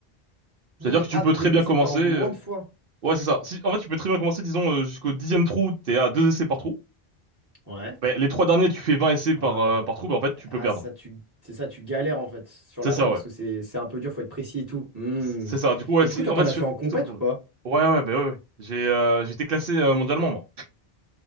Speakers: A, on the right; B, on the right.
A: C'est-à-dire
B: Hmm.
A: que tu
B: Ah,
A: peux
B: donc
A: très
B: le but,
A: bien commencer,
B: c'est de faire en moins
A: euh,
B: de fois.
A: ouais, c'est ça. Si, en fait, tu peux très bien commencer, disons, euh, jusqu'au dixième trou, t'es à deux essais par trou.
B: Ouais.
A: Bah, les trois derniers, tu fais 20 essais par,
B: Ah,
A: euh, par trou, bah, en fait, tu
B: ah,
A: peux perdre.
B: ça, tu... c'est ça, tu galères en fait sur
A: C'est
B: la
A: ça,
B: fin parce
A: ouais.
B: que c'est c'est un peu dur, faut être précis et tout. Hmm.
A: C'est ça. Du coup, ouais,
B: Et du
A: c'est,
B: coup, toi,
A: en
B: t'en
A: fait,
B: as fait
A: je
B: en compète
A: te retourne.
B: ou pas?
A: Ouais, ouais, bah, ouais, ouais. J'ai, euh, j'étais classé euh, mondialement, moi.